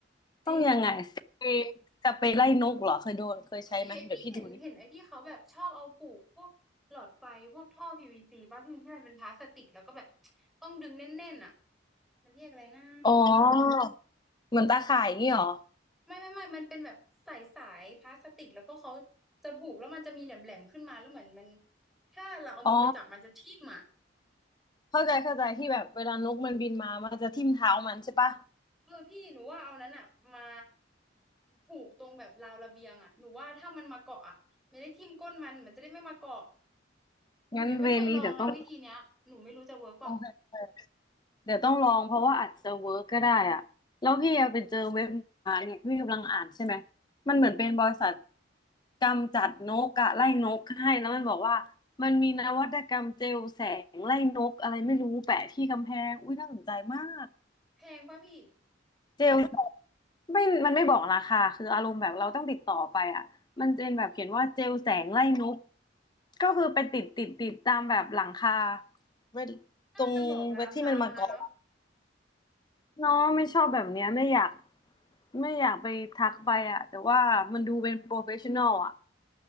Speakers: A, on the left; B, in the centre.
A: ต้องยังไงสเปรย์สเปรย์ไล่นกเหรอเคยโดนเคยใช้ไหมเดี๋ยวพี่ดูนี่
B: จริงเฮ้ยไอพี่เห็นเห็นไอที่เขาแบบชอบเอาปลูกพวกหลอดไฟพวกท่อ PVC ป่ะพี่ที่มันเป็นพลาสติกแล้วก็แบบต้องดึงแน่นๆอ่ะมันเรียกอะไรนะ
A: อ๋อเหมือนตาข่ายอย่างงี้เหรอ
B: ไม่ไม่ไม่มันเป็นแบบสายสายพลาสติกแล้วก็เขาจะปลูกแล้วมันจะมีแหลมๆขึ้นมาแล้วเหมือนมันถ้าเราเอามือไปจับมันจะทิ่มอ่ะ
A: อ๋อเข้าใจเข้าใจที่แบบเวลานกมันบินมามันจะทิ่มเท้ามันใช่ปะ
B: เออพี่หนูว่าเอานั้นอ่ะมาผูกตรงแบบราวระเบียงอ่ะหนูว่าถ้ามันมาเกาะอ่ะไม่ได้ทิ่มก้นมันมันจะได้ไม่มาเกาะหนูยังไม่เคยลองนะวิธีเนี้ยหนูไม่รู้จะเวิร์กเปล่า
A: งั้นเวรนี้เดี๋ยวต้องโอเคเดี๋ยวต้องลองเพราะว่าอาจจะเวิร์กก็ได้อ่ะแล้วพี่อะไปเจอเว็บมาเนี่ยพี่กำลังอ่านใช่ไหมมันเหมือนเป็นบริษัท
B: อืม
A: กำจัดนกอะไล่นกให้แล้วมันบอกว่ามันมีนวัตกรรมเจลแสงไล่นกอะไรไม่รู้แปะที่กำแพงอุ้ยน่าสนใจมาก
B: แพงป่ะพี่
A: เจลไม่มันไม่บอกราคาคืออารมณ์แบบเราต้องติดต่อไปอ่ะมันจะเป็นแบบเขียนว่าเจลแสงไล่นกก็คือไปติดติดติดตามแบบหลังคาเวทตรงเวทที่มันมาเกาะ
B: น่าจะบอกราคามาเนาะ
A: เนาะไม่ชอบแบบเนี้ยไม่อยากไม่อยากไปทักไปอ่ะแต่ว่ามันดูเป็นโปรเฟชชั่นอลอ่ะ